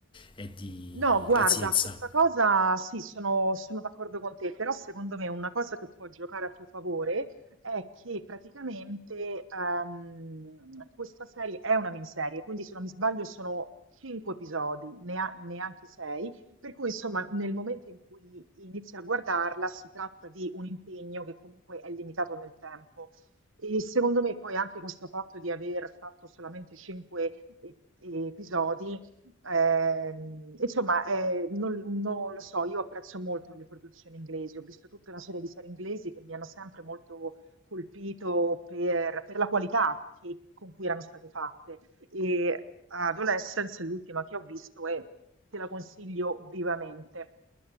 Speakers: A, on the left; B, on the right.
A: e di
B: No, guarda,
A: pazienza.
B: questa cosa sì, sono, sono d'accordo con te, però secondo me una cosa che può giocare a tuo favore è che praticamente ehm, questa serie è una miniserie, quindi se non mi sbaglio sono cinque episodi, nea- neanche sei, per cui insomma nel momento in cui inizi a guardarla si tratta di un impegno che comunque è limitato nel tempo. E secondo me poi anche questo fatto di aver fatto solamente cinque e- episodi Ehm, insomma, eh, non, non lo so, io apprezzo molto le produzioni inglesi, ho visto tutta una serie di serie inglesi che mi hanno sempre molto colpito per, per la qualità che- con cui erano state fatte. E Adolescence, l'ultima che ho visto, e te la consiglio vivamente.